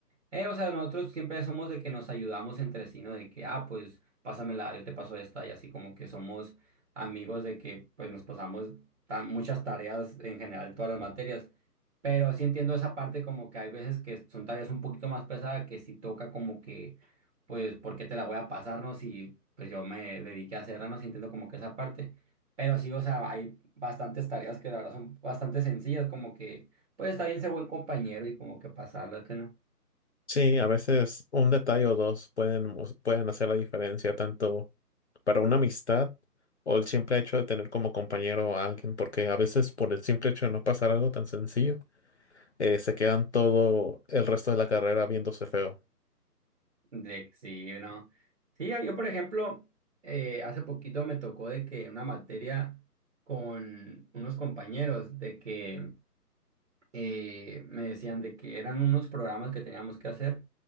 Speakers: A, on the right; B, on the left.
A: eh, o sea, nosotros siempre somos de que nos ayudamos entre sí, ¿no? De que, ah, pues pásamela, yo te paso esta, y así como que somos amigos de que pues nos pasamos tan, muchas tareas en general, todas las materias. Pero sí entiendo esa parte como que hay veces que son tareas un poquito más pesadas que sí toca como que, pues, ¿por qué te la voy a pasarnos? Y pues yo me dediqué a hacerla, no sí entiendo como que esa parte. Pero sí, o sea, hay bastantes tareas que la verdad son bastante sencillas, como que, pues está bien ser buen compañero y como que pasarlas, que no.
B: Sí, a veces un detalle o dos pueden, mos- pueden hacer la diferencia tanto para una amistad o el simple hecho de tener como compañero a alguien, porque a veces por el simple hecho de no pasar algo tan sencillo, eh, se quedan todo el resto de la carrera viéndose feo.
A: De, sí, no. Sí, yo, por ejemplo, eh, hace poquito me tocó de que una materia con unos compañeros de que eh, me decían de que eran unos programas que teníamos que hacer